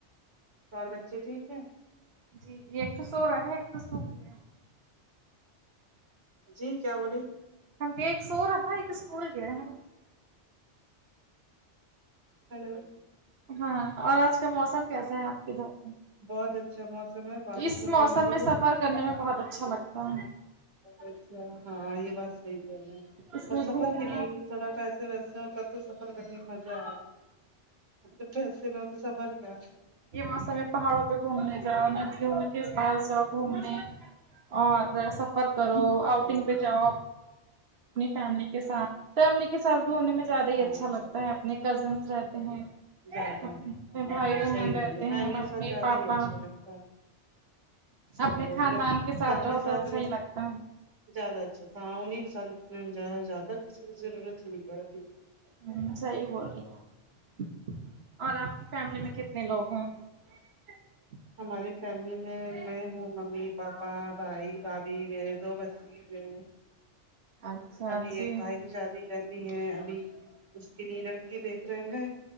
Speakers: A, on the right (about 85°); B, on the right (about 60°).
A: اور بچے ٹھیک ہیں
B: جی جی ایک تو سو رہا ایک تو اسکول گیا ہے
A: جی کیا بولیے
B: ہم کہے ایک سو رہا ایک اسکول گیا ہے
A: ہیلو
B: ہاں اور آج کا موسم کیسا ہے آپ کے ادھر پہ
A: بہت اچھا موسم ہے بارش
B: اس
A: ہونے
B: موسم
A: والی
B: میں سفر
A: ہے
B: کرنے میں بہت اچھا لگتا ہے
A: اچھا ہاں یہ بات صحیح ہے ہے
B: اس
A: اور
B: میں
A: سفر
B: گھومنا
A: کے لیے بھی تھوڑا پیسے ویسے ہو تب تو سفر کرنے میں مزہ آئے پ <unintelligible> سفر کا
B: یے موسم ہے پہاڑوں پے گھومنے جاؤ ندیوں میں کے پاس جاؤ گھومنے اور سفر کرو
A: صحیح
B: آؤٹنگ
A: ہے
B: پے جاؤ اپنی فیملی کے ساتھ فیملی کے ساتھ گھومنے میں زیادہ ہی
A: ہاں
B: اچھا لگتا
A: صحیح
B: ہے اپنے کزنس رہتے ہیں
A: زیادہ
B: اپنے
A: ہاں
B: بھائی بہن
A: صحیح
B: رہتے
A: بولے
B: ہیں
A: فیملی
B: ممی
A: کے ساتھ زیادہ
B: پاپا
A: ہی اچھا لگتا ہے سب
B: اپنے
A: لوگ
B: خاندان
A: جب
B: کے
A: فیملی
B: رہو تو
A: ساتھ
B: اچھا
A: رہتے
B: ہی لگتا
A: زیادہ اچھا تھا ہاں انہیں کے ساتھ اتنا زیادہ کسی کی ضرورت ہی نہیں پڑتی
B: ہ صحیح بول رہی ہیں اپ اور آپ کی فیملی میں کتنے لوگ ہیں ہ
A: ہماری فیملی میں میں ہوں ممی پاپا بھائی بھابھی میرے دو بچے تیجے
B: اچھا
A: ابھی
B: اچھی
A: ایک بھائی کی شادی کرنی ہے ابھی اس کے لیے لڑکی دیکھ رہے ہیں